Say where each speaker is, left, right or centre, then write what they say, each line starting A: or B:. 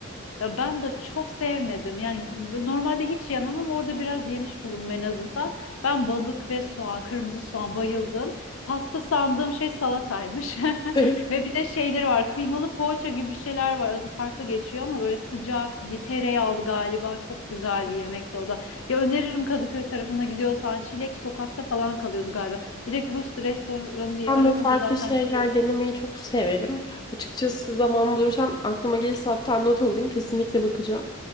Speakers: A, on the left (about 70°); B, on the left (about 20°).
A: Ya ben de çok sevmedim. Yani b- normalde hiç yemem ama orada biraz yemiş bulundum en azından. Ben balık ve soğan, kırmızı soğan bayıldım. Pasta sandığım şey salataymış. <laughs>
B: <laughs>
A: Ve bir de şeyleri var. Kıymalı poğaça gibi bir şeyler var. Adı farklı geçiyor ama böyle sıcak, y- tereyağlı galiba. Çok güzel bir yemekti o da. Ya öneririm Kadıköy tarafına gidiyorsan. Çilek sokakta falan kalıyordu galiba. Direkt Rus restoranı diye
B: Ben
A: aratınca
B: böyle farklı
A: zaten
B: şeyler
A: çıkıyor.
B: denemeyi çok severim. Açıkçası zaman bulursam aklıma gelirse hatta not alayım kesinlikle bakacağım.